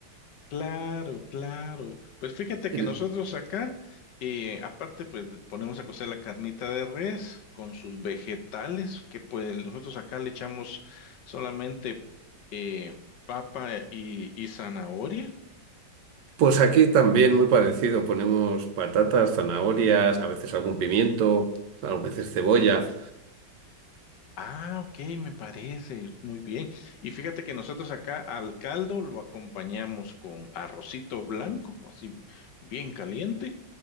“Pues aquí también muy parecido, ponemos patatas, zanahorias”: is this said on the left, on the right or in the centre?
Right